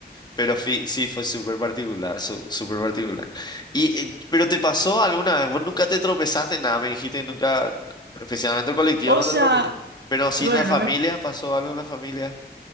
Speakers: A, on the left; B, on the right.
A: Pero fi- sí, fue súper particular, su- súper particular. Y, eh, ¿pero te pasó alguna vez? ¿Vos nunca te tropezaste en nada? Me dijiste que nunca, especialmente el colectivo,
B: O
A: no
B: sea,
A: te tropezaste. Pero sí
B: bueno,
A: en la familia,
B: no me,
A: ¿pasó algo en la familia?